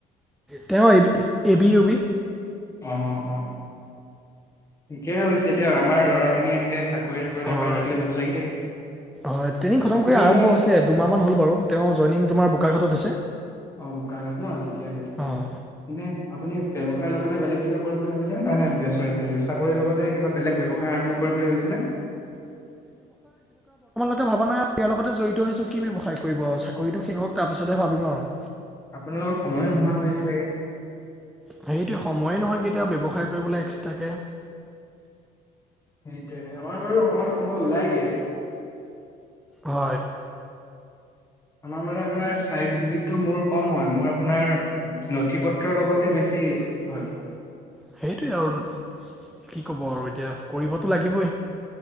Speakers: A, in the centre; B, on the left.
A: তেওঁ এবি-এবি উবি
B: অ অ', অ', ঠিকেই হৈছে দিয়ক, আমাৰ ল'ৰাখিনি এনেকে চাক থ কৰিটা
A: হয়
B: পাই থাকিলে ভাল লাগি থাকে।
A: হয়, ট্ৰেইনিং খতম
B: আপুনি
A: কৰি আৰম্ভ
B: এনে
A: হৈছে দুমাহ মান হ'ল বাৰু, তেওঁ জইনিং তোমাৰ বোকাখাতত হৈছে।
B: অ', বোকাখাত ন' ঠিকে আছে, ঠিকে
A: অঁ
B: আছে এনে আপুনি ব্যৱসায়ৰ লগতে বেলেগ কিবা কৰিম বুলি ভাবিছেনে নে? চৰি, চৰি চাকৰিৰ লগতে কিবা বেলেগ ব্যৱসায় আৰম্ভ কৰি বুলি ভাবিছে নে?
A: ভাবা নাই আৰু ইয়াৰ লগতে জড়িত হৈছো কি ব্যৱসায় কৰিব আৰু চাকৰিতটো শেষক তাৰ পিছতহে ভাবিম আৰু।
B: আপোনাৰ লোকৰ সময় নোহোৱা হৈছে।
A: সেইটোয়ে সময়ে নহয় কেতিয়াবা ব্যৱসায় কৰিবলৈ এক্সট্ৰাকে।
B: সেইটোয়ে আমাৰ বাৰু অকনমান সময় ওলাইগে।
A: হয়।
B: আমাৰ মানে আপোনাৰ চাইট ভিজিট টো মোৰ কম হয়। মোৰ আপোনাৰ নথি পত্ৰৰ লগতে বেছি হয়
A: সেইটোৱে আৰু কি ক'ব আৰু এতিয়া কৰিবতো লাগিবই